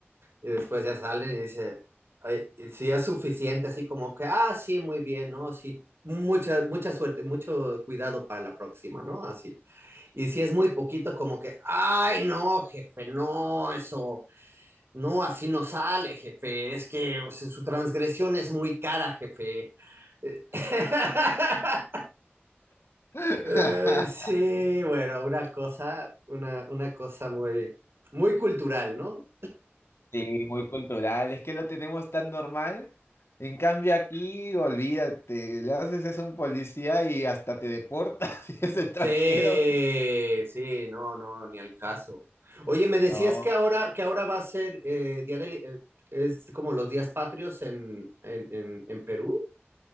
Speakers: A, on the right; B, on the left.
A: y después ya salen y dice, "Ay, y si es suficiente, así como que, ah, sí, muy bien, ¿no? Sí, mucha, mucha suerte, mucho cuidado para la próxima, ¿no? Así. Y si es muy poquito, como que, ay, no, jefe, no, eso, no, así no sale, jefe, es que o sea, su transgresión es muy cara, jefe. <laughs>
B: <laughs>
A: Eh, sí, bueno, una cosa, una, una cosa muy, muy cultural, ¿no?
B: Sí, muy cultural. Es que lo tenemos tan normal. En cambio aquí, olvídate, le haces eso a un policía y hasta te deportas <laughs> si es extranjero.
A: Sí, sí, no, no, ni al caso. Oye, me decías
B: No,
A: que ahora, que ahora va a ser eh, día del eh, es como los días patrios en, en, en, en Perú.